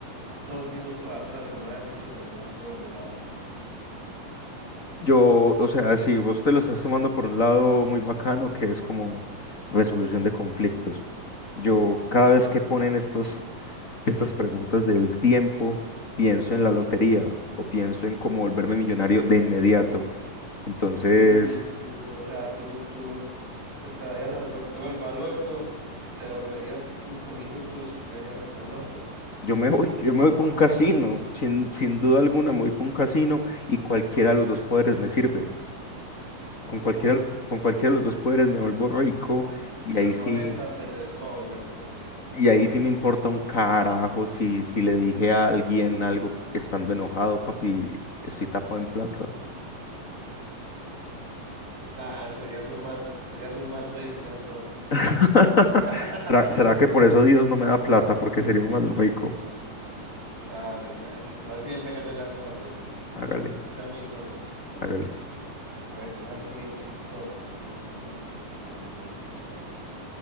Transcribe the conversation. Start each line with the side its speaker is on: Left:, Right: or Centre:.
Right: dos minutos atrás y no haber dicho semejante burrada.
Left: Yo, o sea, si vos te lo estás tomando por un lado muy bacano, que es como resolución de conflictos. Yo cada vez que ponen estos estas preguntas del tiempo, pienso en la lotería o pienso en cómo volverme millonario de inmediato. Entonces,
Right: Uh, o sea, tú, tú esperarías al sorteo del baloto y te devolverías cinco minutos y harías el baloto.
Left: yo me voy, yo me voy para un casino, sin, sin duda alguna me voy para un casino y cualquiera de los dos poderes me sirve. Con cualquiera,
Right: <laughs> Uy, sí.
Left: con cualquiera de los dos poderes me vuelvo rico y
Right: En la
Left: ahí sí,
Right: roleta tenés para volverte rico.
Left: y ahí sí me importa un carajo si, si le dije a alguien algo estando enojado, papi, estoy tapado en plata.
Right: Nada, serías un mal, serías un mal rico entonces.
Left: <laughs>
Right: <laughs>
Left: ¿Será, será que por eso Dios no me da plata? Porque sería un mal rico.
Right: Claro, oiga, es. Más bien, venga, yo le hago otra pregunta.
Left: Hágale,
Right: Este ya me hizo dos.
Left: hágale.
Right: A ver, una así bien chistosa. A ver, un... espérate, yo pienso, a ver.